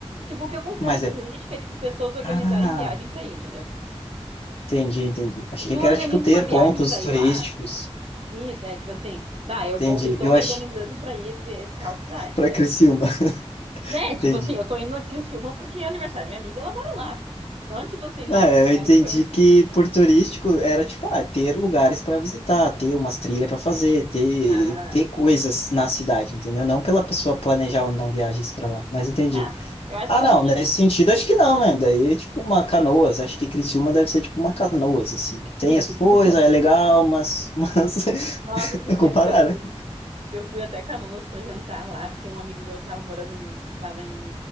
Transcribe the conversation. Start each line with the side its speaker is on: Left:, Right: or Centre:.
Right: Tipo, o que eu considero
Left: Mas é.
Right: turístico é, tipo, pessoas organizarem
Left: Ah,
Right: viagem pra ir, entendeu?
Left: entendi, entendi. Achei
Right: Se tu
Left: que
Right: organiza
Left: era, tipo, ter
Right: uma viagem
Left: pontos
Right: pra ir
Left: turísticos.
Right: lá, isso, é, tipo assim, bah, eu
Left: Entendi.
Right: vou, estou
Left: Eu
Right: me
Left: achei.
Right: organizando pra ir ver tal cidade.
Left: <laughs> Pra
Right: Aí
Left: Criciúma,
Right: eu,
Left: <laughs>
Right: é,
Left: entendi.
Right: tipo assim, eu tô indo a Criciúma porque é aniversário da minha amiga, ela mora lá. Não, tipo assim, nossa,
Left: Não, eu
Right: eu quero
Left: entendi
Right: conhecer.
Left: que por turístico era, tipo, ah, ter lugares para visitar, ter umas trilhas para fazer, ter,
Right: Ah,
Left: ter coisas na cidade, entendeu? Não pela pessoa planejar ou não viagens para lá, mas entendi.
Right: Ah, eu acho
Left: Ah,
Right: que
Left: não,
Right: no fim.
Left: nesse sentido acho que não, né? Daí é tipo uma canoas, acho que Criciúma deve ser tipo uma canoas, assim. Tem
Right: Segurança
Left: as coisas,
Right: de uma Canoas.
Left: é legal, mas, mas
Right: Nossa, esses
Left: <laughs> não comparar,
Right: tempos eu fui.
Left: né?
Right: Eu fui até Canoas pra jantar lá, porque um amigo meu tava morando em. Tava em,